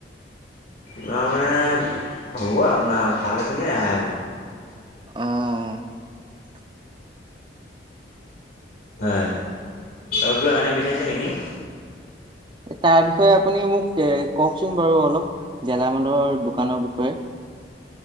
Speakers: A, on the left; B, on the right.
A: আপোনাৰ মানে হ'ব আপোনাৰ ভালখিনিয়ে ৰেহাই হ'ব।
B: অ'।
A: হয় আৰু কিবা জানিব বিচাৰিছে নেকি?
B: তাৰ বিষয়ে আপুনি মোক কওকচোন বাৰু অলপ গেলামালৰ দোকানৰ বিষয়ে।